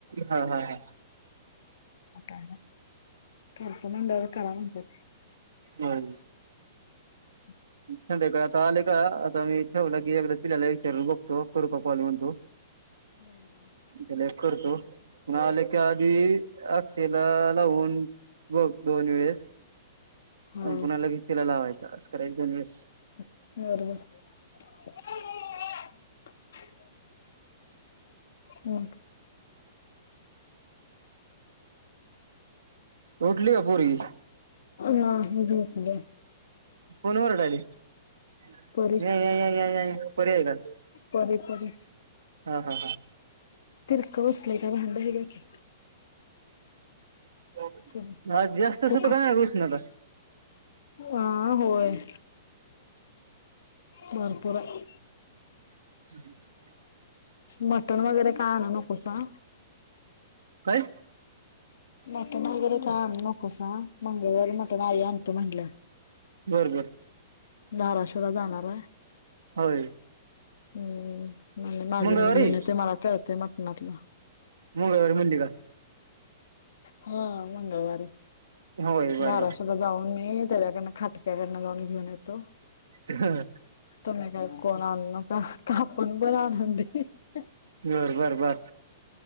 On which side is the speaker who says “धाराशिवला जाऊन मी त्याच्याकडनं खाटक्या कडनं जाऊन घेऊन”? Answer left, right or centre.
Left